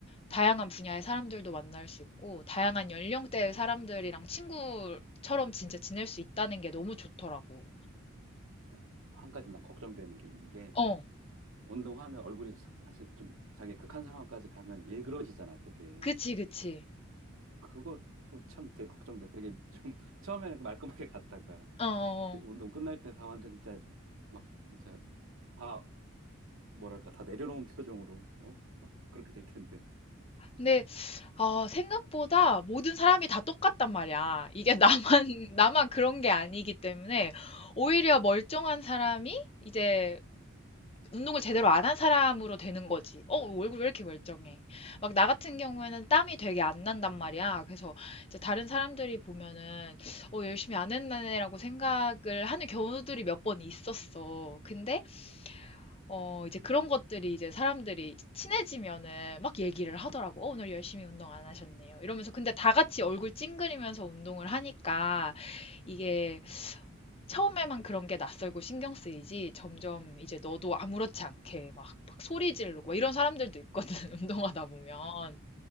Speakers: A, on the left; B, on the right.
A: 다양한 분야의 사람들도 만날 수 있고, 다양한 연령대의 사람들이랑 친구처럼 진짜 지낼 수 있다는 게 너무 좋더라고.
B: 야, 한 가지 난 걱정되는 게 있는 게,
A: 어,
B: 운동하면 얼굴이 사, 실좀 자기 극한 상황까지 가면 일그러지잖아, 되게.
A: 그치, 그치.
B: 그것도 참 되게 걱정돼. 되게 좀 <laughs> 처음에는 그 말끔하게 갔다가
A: 어, 어, 어.
B: 운동 끝날 때 다 완전 진짜 막 진짜 다 뭐랄까 다 내려놓은 표정으로 어? 막 그렇게 될 텐데.
A: 근데, 아, 생각보다 모든 사람이 다 똑같단 말이야. 이게 나만, <laughs> 나만 그런 게 아니기 때문에, 오히려 멀쩡한 사람이 이제 운동을 제대로 안한 사람으로 되는 거지. 어, 얼굴 왜 이렇게 멀쩡해? 막 나 같은 경우에는 땀이 되게 안 난단 말이야. 그래서 이제 다른 사람들이 보면은 어, 열심히 안 했네라고 생각을 하는 경우들이 몇 번 있었어. 근데 어, 이제 그런 것들이 이제 사람들이 친해지면은 막 얘기를 하더라고. 어, 오늘 열심히 운동 안 하셨네요. 이러면서 근데 다 같이 얼굴 찡그리면서 운동을 하니까 이게 처음에만 그런 게 낯설고 신경 쓰이지 점점 이제 너도 아무렇지 않게 막, 막 소리 지르고 막 이런 사람들도 있거든 <laughs> 운동하다 보면